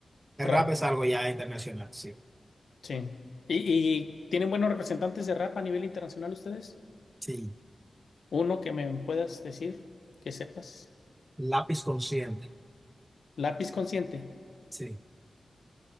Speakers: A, on the right; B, on the left.
A: El
B: Rap,
A: rap es algo ya internacional, sí.
B: sí. ¿Y, y tienen buenos representantes de rap a nivel internacional ustedes?
A: Sí.
B: Uno que me puedas decir, que sepas.
A: Lápiz Consciente,
B: Lápiz Consciente.
A: sí.